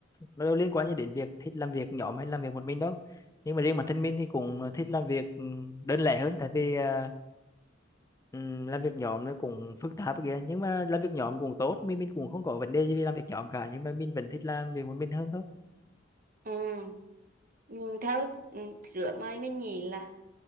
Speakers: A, on the left; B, on the right.
A: nó đâu liên quan gì đến việc thích làm việc nhóm hay làm việc một mình đâu. Nhưng mà riêng bản thân mình thì cũng thích làm việc ừ, đơn lẻ hơn tại vì à, ừm, làm việc nhóm nó cũng phức tạp kìa, nhưng mà làm việc nhóm cũng tốt, mình mình cũng không có vấn đề gì vì làm việc nhóm cả nhưng mà mình vẫn thích làm việc một mình hơn thôi.
B: ừ. Ừ, theo ừ, rửa mày mình nghĩ là